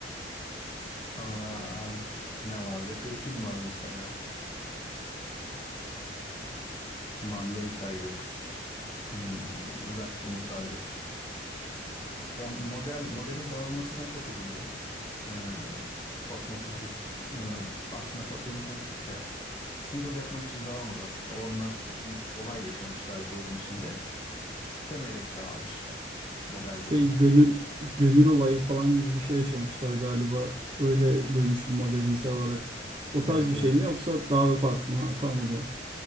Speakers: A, on the left; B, on the right.
A: Aa, ne vardı? Gripin var mesela. Manga'yı saydık. Hmm, Zakkum'u saydık. Bon- model modelin dağılmasına çok üzüldüm. Ee, Fatma Turgut e, aslında Fa- demin konuştuk ya single yapmak için dağılmadı aslında. Onlar bir olay yaşamışlar grubun içinde. İstemeyerek dağılmış model
B: Şey
A: grubu.
B: gönül gönül olayı falan gibi bir şey yaşamışlar galiba. Öyle duymuştum magazinsel olarak. O tarz
A: Evet
B: bir
A: evet.
B: şey mi yoksa daha farklı mı? Ha, tamam o zaman.